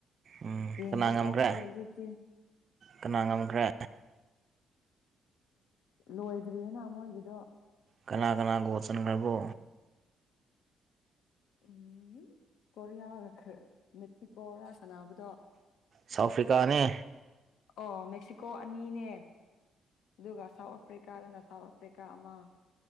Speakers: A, on the right; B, on the left.
A: ꯎꯝ
B: ꯌꯦꯡꯕ
A: ꯀꯅꯥ ꯉꯝꯈ꯭ꯔꯦ
B: ꯇꯣꯛꯈ꯭ꯔꯦ ꯍꯧꯖꯤꯛꯇꯤ
A: ꯀꯅꯥ ꯉꯝꯈ꯭ꯔꯦ
B: ꯂꯣꯏꯗ꯭ꯔꯤꯌꯦꯅ ꯃꯣꯏꯒꯤꯗꯣ
A: ꯀꯅꯥ ꯀꯅꯥ ꯒꯣꯜ ꯆꯟꯈ꯭ꯔꯕꯣ
B: ꯎꯝ ꯀꯣꯔꯤꯌꯥꯒ ꯈꯔ ꯃꯦꯛꯁꯤꯀꯣ ꯔ ꯁꯟꯅꯕꯗꯣ
A: ꯁꯥꯎꯠ ꯑꯐ꯭ꯔꯤꯀꯥꯅꯦ
B: ꯑꯣ ꯃꯦꯛꯁꯤꯀꯣ ꯑꯅꯤꯅꯦ ꯑꯗꯨꯒ ꯁꯥꯎꯠ ꯑꯐ꯭ꯔꯤꯀꯥꯗꯅ ꯁꯥꯎꯠ ꯑꯐ꯭ꯔꯤꯀꯥ ꯑꯃ